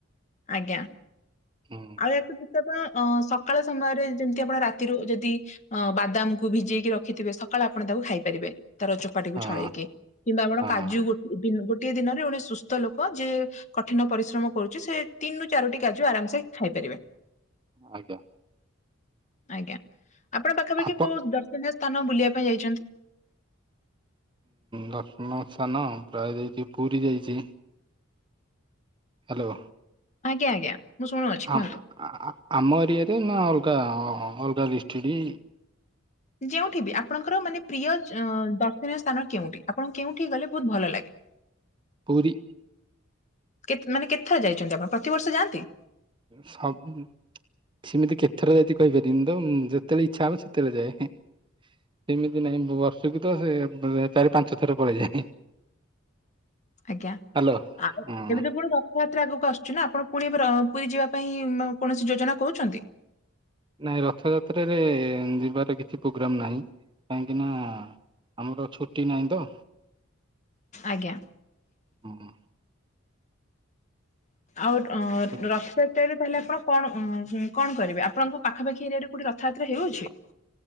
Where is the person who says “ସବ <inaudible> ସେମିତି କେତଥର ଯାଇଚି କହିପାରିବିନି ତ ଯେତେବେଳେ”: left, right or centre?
Right